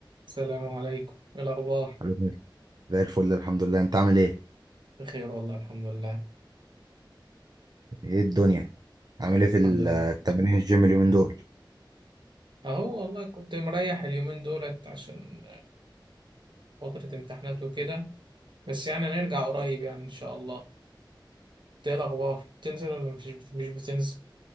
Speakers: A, on the right; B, on the right.
A: السلام عليكم إيه الأخبار
B: حبيبي. زي الفل الحمد لله انت عامل ايه
A: بخير والله الحمد لله
B: ايه الدنيا عامل ايه في ال-
A: الحمد لله
B: التمارين
A: بخير
B: الجيم اليومين دول
A: أهو والله كنت مريح اليومين دولت عشان فترة امتحانات وكده بس يعني هنرجع قريب يعني إن شاء الله إنت إيه الأخبار بتنزل ولا مفيش مش بتنزل